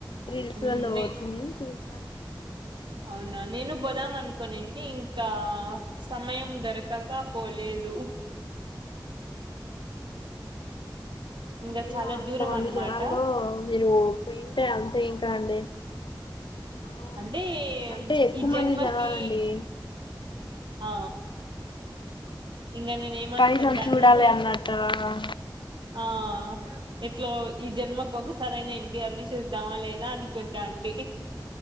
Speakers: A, on the left; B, on the right.
A: రీల్స్
B: ఉమ్,
A: లో
B: నే
A: చూసా
B: అవునా నేను పోదాం అనుకోని ఇంకా సమయం దొరకక పోలేదు ఇంకా
A: అయ్యో
B: చాలా
A: అంతమంది
B: దూరం అనమాట
A: జనాల్లో మీరు పోయింటే అంతే ఇంకా అండి ఆ
B: అంటే
A: అంటే ఎక్కువ
B: ఈ జన్మకి
A: మంది జనాలండి
B: ఆ ఇంకా నేను ఏమనుకుంటానంటే
A: కనీసం చూడాలి అన్నట్ట
B: ఆ ఎట్లో ఈ జన్మకు ఒకసారి అయినా ఎన్టీఆర్ ని చూద్దామా లేదా అనుకుంటా అండి